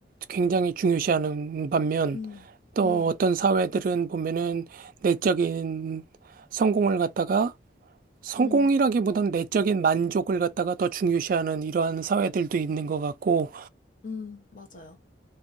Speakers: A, on the right; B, on the left.
A: 굉장히 중요시하는 반면
B: 음,
A: 또
B: 음,
A: 어떤 사회들은 보면은 내적인 성공을 갖다가 성공이라기보단
B: 음,
A: 내적인 만족을 갖다가 더 중요시하는 이러한 사회들도 있는 것 같고
B: 음, 맞아요.